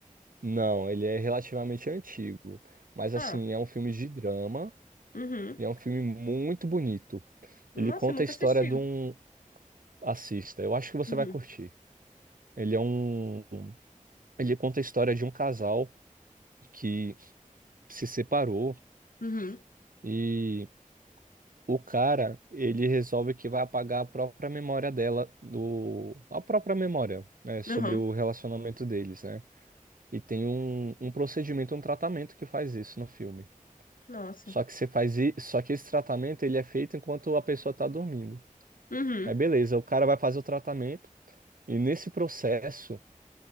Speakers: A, on the right; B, on the left.
A: Não, ele é relativamente antigo. Mas assim,
B: Ah.
A: é um filme de drama.
B: Uhum.
A: E é um filme muito bonito.
B: Nossa,
A: Ele conta
B: eu nunca
A: a história
B: assisti.
A: de um. Assista, eu acho que você
B: Uhum.
A: vai curtir. Ele é um. um- Ele conta a história de um casal que se separou
B: Uhum.
A: e o cara, ele resolve que vai apagar a própria memória dela, do... a própria memória, né, sobre
B: Uhum.
A: o relacionamento deles, né? E tem um, um procedimento, um tratamento que faz isso no filme.
B: Nossa.
A: Só que você faz i- só que esse tratamento ele é feito enquanto a pessoa tá dormindo.
B: Uhum.
A: Aí beleza, o cara vai fazer o tratamento. E nesse processo,